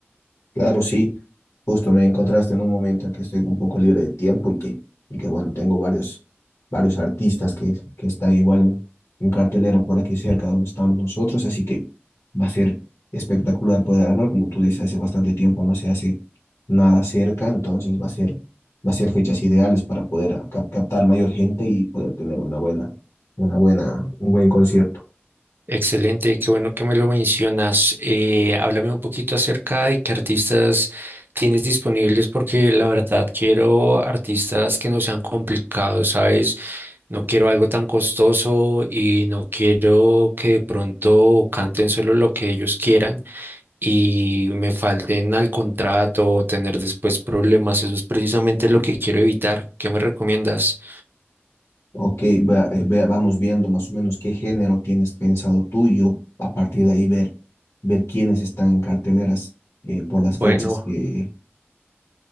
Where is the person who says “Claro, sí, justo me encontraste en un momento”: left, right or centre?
Left